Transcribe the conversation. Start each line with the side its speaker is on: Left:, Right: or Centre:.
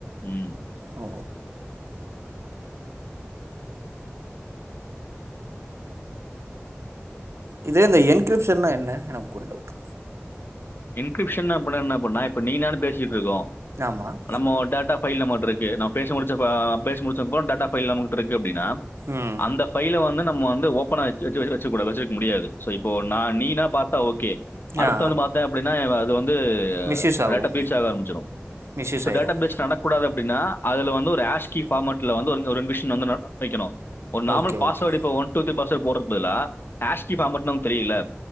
Left: ம்.
Right: ஓ இதே இந்த என்கிரிப்ஷன்னா என்ன எனக்கு ஒரு டவுட்
Left: இன்கிரிப்ஷன் பண்ண என்ன பண்ணா இப்ப நீயு நானு பேசிட்டு இருக்கோம்
Right: ஆமாம்
Left: நம்மோ டேட்டா ஃபைல் நம்மட்ட இருக்கு நான் பேசி முடிச்ச அஹ் பேசி முடிச்ச அப்ரோ டேட்டா ஃபைல் நம்மட்ட இருக்கு அப்படி - னா
Right: ம்
Left: அந்த பைல வந் நம்ம வந்து ஓப்பனா வச்சுட வச்சுருக்க முடியாது சோ இப்ப ந நீனா பார்த்தா ஓகே அடுத்தவங்க
Right: ஆ
Left: வந்து பார்த்தா அப்டினா அது வந்து
Right: மிஸ்யூஸ் ஆகும்
Left: டேட்டா பேஸ் ஆரபிச்சிரும்
Right: மிஸ்யூஸ்
Left: சோ
Right: ஆயிரும்
Left: டேட்டா பேஸ் பண்ண கூடாது அப்டினா அதுல வந்து ஒரு ஆஷ் கீ பார்மட்ல வந்து ரெண்டு விஷயம் வந்து வைக்கணும் ஒரு நார்மல்
Right: ஓகே
Left: பாஸ்வேர்டு
Right: ஓகே
Left: இப்ப ஒன் டு தீரீ பாஸ்வர்ட் போறது பதிலா ஆஸ்கி பார்மேட்னா உங்ளுக்கு தெரியும்லே